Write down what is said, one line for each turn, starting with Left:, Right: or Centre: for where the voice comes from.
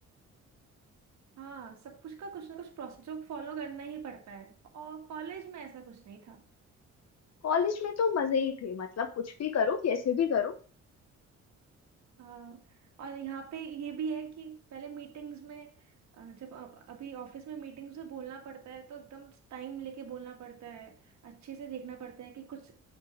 Right: हाँ सब कुछ का कुछ ना कुछ प्रोसेस जो फॉलो करना ही पड़ता है और कॉलेज में ऐसा कुछ नहीं था
Left: कॉलेज में तो मजे ही थे मतलब कुछ भी करो कैसे भी करो
Right: हाँ और यहाँ पे ये भी है कि पहले मीटिंग्स में अ, जब अ- अभी ऑफिस में मीटिंग्स में बोलना पड़ता है तो एकदम टाइम लेके बोलना पड़ता है अच्छे से देखना पड़ता है कि कुछ